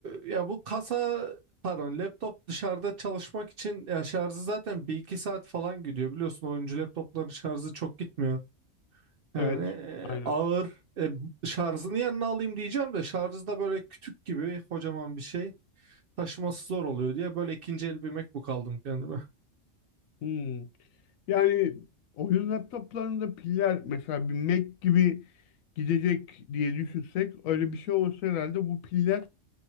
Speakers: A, on the right (about 60°); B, on the left (about 85°).
A: ya bu kasa pardon laptop dışarıda çalışmak için ya şarjı zaten bir iki saat falan gidiyor. Biliyorsun oyuncu laptopların şarjı çok gitmiyor. Yani
B: Evet,
A: e,
B: aynen.
A: ağır e, şarjını yanına alayım diyeceğim de şarjı da böyle kütük gibi kocaman bir şey taşıması zor oluyor diye böyle ikinci el bir MacBook aldım kendime.
B: Hmm. Yani oyun laptoplarında piller mesela bir Mac gibi gidecek diye düşünsek öyle bir şey olsa herhalde bu piller